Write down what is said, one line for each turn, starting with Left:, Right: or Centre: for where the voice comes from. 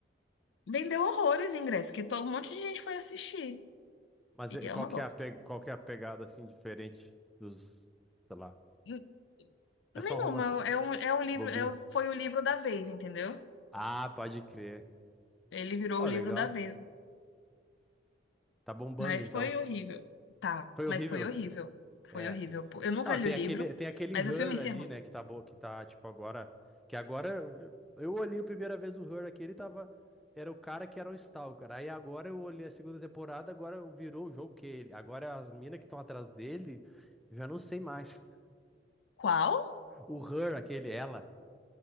Left: vendeu horrores em ingresso, que todo um monte de gente foi assistir
Centre: Mas
Left: e
Centre: eh,
Left: é
Centre: qual
Left: uma
Centre: que
Left: bosta.
Centre: é a, pe- qual que é a pegada, assim, diferente dos, sei lá,
Left: N-
Centre: é
Left: Nenhuma,
Centre: só um romance
Left: é um, é um livro,
Centre: bobinho.
Left: é, foi o livro da vez, entendeu?
Centre: Ah, pode crer.
Left: Ele virou
Centre: Ó,
Left: o livro
Centre: legal.
Left: da vez,
Centre: Tá bombando,
Left: mas
Centre: então.
Left: foi horrível. Tá,
Centre: Foi horrível.
Left: mas foi horrível. Foi
Centre: É.
Left: horrível. Eu nunca
Centre: Ah,
Left: li
Centre: tem
Left: o livro,
Centre: aquele, tem aquele
Left: mas
Centre: Her
Left: o filme encerrou.
Centre: ali, né, que tá boa, que tá, tipo, agora. Que agora eu eu olhei a primeira vez o Her aqui, ele tava. Era o cara que era um Stalker. Aí agora eu olhei a segunda temporada, agora virou o jogo que ele. Agora as minas que estão atrás dele, eu já não sei mais. <laughs>
Left: Qual?
Centre: O Her, aquele, ela,